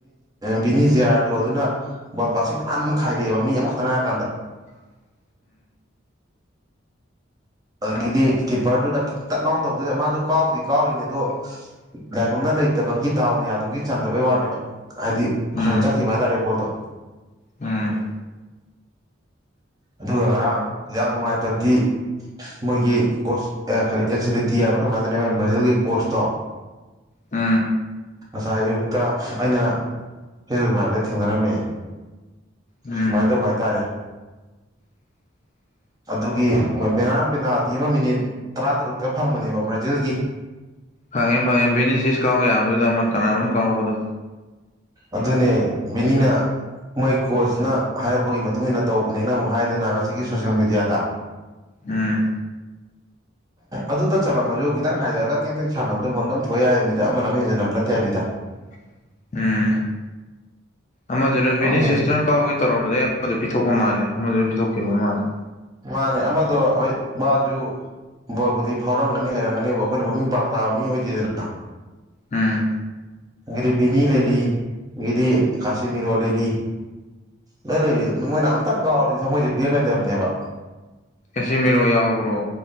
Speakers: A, on the right; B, on the left.
A: ꯕꯤꯅꯤ ꯖꯦ ꯑꯥꯔ ꯇꯨ ꯑꯗꯨꯅ ꯕꯣꯜ ꯄꯁꯤꯡ ꯑꯥꯟ ꯑꯃ ꯈꯥꯏꯔꯛꯑꯦꯕ ꯃꯤ ꯑꯃꯈꯛꯇꯪ ꯍꯥꯏꯔꯀꯥꯟꯗ
B: ꯍ <inaudible>
A: ꯑꯗꯒꯤꯗꯤ ꯀꯤꯞꯄꯔꯗꯨꯅ ꯇꯠ ꯂꯥꯎꯅ ꯇꯧꯗꯣꯏ ꯃꯥꯁꯨ ꯀꯥꯎꯕꯗꯤ ꯀꯥꯎꯔꯤꯅꯦ ꯑꯗꯣ
B: <inaudible>
A: ꯂꯥꯏ ꯄꯨꯝꯅ ꯂꯩꯇꯕꯒꯤ ꯗꯥꯎꯅ ꯌꯥꯗꯕꯒꯤ ꯆꯟꯗꯕꯩ ꯋꯥꯅꯦꯕ ꯍꯥꯏꯗꯤ ꯑꯁꯃꯥꯏꯅ
B: ꯎꯝ
A: ꯆꯠꯈꯤꯕ ꯍꯥꯏꯇꯥꯔꯦ ꯕꯣꯜꯗꯣ
B: ꯎꯝ
A: ꯑꯗꯨꯒ ꯉꯔꯥꯡ ꯌꯥꯝ ꯅꯨꯡꯉꯥꯏꯇꯕꯗꯤ ꯃꯣꯏꯒꯤ ꯀꯣꯔꯁ ꯀꯔꯤ ꯑꯦꯟ ꯁꯤꯂꯤ ꯇꯤ ꯍꯥꯏꯕ ꯀꯔꯃꯥꯏꯅ ꯇꯧꯅꯣ ꯚꯖꯦꯜꯒꯤ ꯀꯣꯔꯁꯇꯣ
B: ꯍ
A: ꯉꯁꯥꯏ ꯑꯌꯨꯛꯇ ꯑꯩꯅ ꯐꯦꯁꯕꯨꯛ ꯍꯥꯏꯕꯗ ꯊꯦꯡꯅꯔꯝꯃꯦ
B: ꯎꯝ
A: ꯁꯨꯃꯥꯏꯅ ꯇꯧꯕ ꯍꯥꯏꯇꯥꯔꯦ
B: <unintelligible>
A: ꯑꯗꯨꯒꯤ ꯕꯦꯔꯝ ꯄꯦꯅꯥꯜꯇꯤ ꯑꯃ ꯃꯤꯅꯤꯠ ꯇꯔꯥꯇꯔꯨꯛꯇ ꯐꯪꯕꯅꯦꯕ ꯕ꯭ꯔꯥꯖꯤꯜꯒꯤ
B: ꯐꯪꯉꯦ ꯐꯪꯉꯦ ꯕꯤꯅꯤ ꯁꯤꯁ ꯀꯥꯎ ꯌꯥꯕꯗꯨꯗ ꯑꯃꯨꯛ ꯀꯅꯥꯅꯣꯝ ꯀꯥꯎꯕꯗꯣ
A: ꯑꯗꯨꯅꯦ ꯕꯅꯤꯅ ꯃꯣꯏ ꯀꯣꯆꯅ ꯍꯥꯏꯔꯛꯄꯒꯤ ꯃꯇꯨꯡ ꯃꯇꯨꯡꯏꯟꯅ ꯇꯧꯕꯅꯦꯅ ꯑꯃꯨꯛ ꯍꯥꯏꯗꯅ ꯉꯁꯤꯒꯤ ꯁꯣꯁꯦꯜ ꯃꯦꯗꯤꯌꯥꯗ
B: ꯎꯝ
A: ꯑꯗꯨꯇ ꯆꯠꯂꯝꯃꯁꯨ ꯈꯤꯇꯪ ꯍꯥꯏꯗꯔꯒ ꯇꯦꯛ ꯇꯦꯛ ꯁꯥꯟꯅꯕꯗ ꯃꯣꯟ ꯑꯗꯨꯝ ꯊꯣꯏ ꯌꯥꯏ ꯍꯥꯏꯕꯅꯤꯗ ꯑꯃꯅ ꯑꯃ ꯍꯦꯟꯖꯟꯅꯕ ꯅꯠꯇꯦ ꯍꯥꯏꯃꯤꯗ
B: <inaudible> ꯎꯝ ꯑꯃꯗꯨꯅ
A: ꯈꯪꯗꯦ
B: ꯕꯤꯅꯦꯁꯤꯁꯇꯨꯅ ꯀꯥꯎꯒꯦ ꯇꯧꯔꯝꯕꯗꯩ ꯑꯃꯗꯨ ꯄꯤꯊꯣꯛꯄ ꯃꯥꯜꯂꯦ ꯑꯃꯗꯨꯅ ꯄꯤꯊꯣꯛꯈꯤꯕ ꯃꯥꯜꯂꯦ
A: ꯃꯥꯅꯦ ꯑꯃꯗꯣ ꯍꯣꯏ ꯃꯥꯕꯥꯖꯨ ꯕꯣꯕꯨꯗꯤ ꯐꯥꯎꯔꯝꯒꯅꯤ ꯍꯩꯔꯝꯒꯅꯤꯕꯣ ꯑꯩꯈꯣꯏꯅ ꯃꯃꯤꯡ ꯄꯥꯛ ꯇꯥꯕ ꯃꯤ ꯑꯣꯏꯗꯦꯗꯅ
B: ꯎꯝ
A: ꯗꯤ ꯕꯤꯅꯤ ꯂꯩꯔꯤꯒꯦꯗꯤ ꯀꯁꯤꯃꯤꯔ ꯋꯥꯂꯦꯔꯤ ꯅ ꯂꯩꯔꯤ ꯃꯣꯏꯅ ꯑꯝꯇꯪ ꯀꯥꯎꯔꯗꯤ ꯊꯃꯣꯏꯁꯦ ꯄꯦꯡꯒꯟꯗꯦꯕꯅꯦꯕ
B: ꯑꯦꯁꯤ ꯃꯤꯔꯣ ꯌꯥꯎꯕ꯭ꯔꯣ